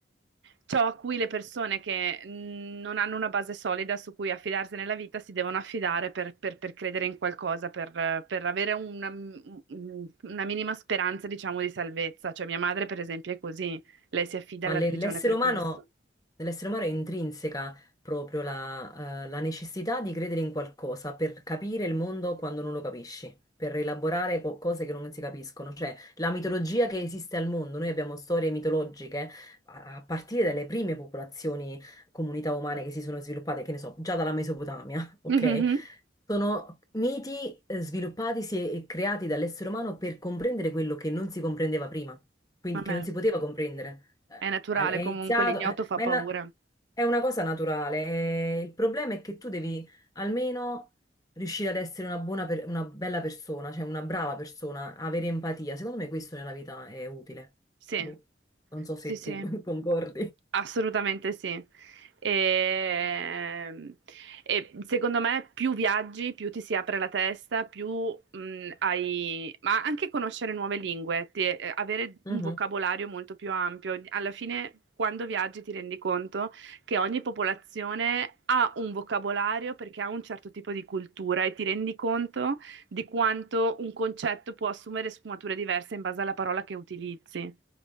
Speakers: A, on the right (about 80°); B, on the left (about 20°).
A: ciò a cui le persone che mh, non hanno una base solida su cui affidarsi nella vita si devono affidare per, per- per credere in qualcosa, per, eh, per avere una, mh, una minima speranza, diciamo, di salvezza. Cioè mia madre, per esempio, è così, lei si affida
B: Ma
A: alla
B: le-
A: religione
B: l'essere
A: per
B: umano,
A: questo.
B: nell'essere umano è intrinseca proprio la, eh, la necessità di credere in qualcosa per capire il mondo quando non lo capisci, per elaborare co- cose che non si capiscono. Cioè, la mitologia che esiste al mondo, noi abbiamo storie mitologiche a, a partire dalle prime popolazioni, comunità umane che si sono sviluppate, che ne so, già dalla Mesopotamia, <laughs> ok?
A: Mhm.
B: Sono miti eh, sviluppatisi e creati dall'essere umano per comprendere quello che non si comprendeva prima, quindi
A: Vabbè,
B: che non si poteva comprendere.
A: è naturale
B: È iniziato,
A: comunque, l'ignoto
B: eh,
A: fa
B: ma
A: paura.
B: è, na- è una cosa naturale. eh, Il problema è che tu devi almeno riuscire ad essere una buona, per- una bella persona, cioè una brava persona, avere empatia. Secondo me questo nella vita è utile.
A: Sì.
B: Boh, non so se
A: Sì, sì.
B: tu <laughs> concordi.
A: Assolutamente sì. E, e secondo me più viaggi, più ti si apre la testa, più mh, hai... Ma anche conoscere nuove lingue, ti- eh, avere
B: Mhm.
A: un vocabolario molto più ampio. Alla fine, quando viaggi, ti rendi conto che ogni popolazione ha un vocabolario perché ha un certo tipo di cultura e ti rendi conto di quanto un concetto può assumere sfumature diverse in base alla parola che utilizzi.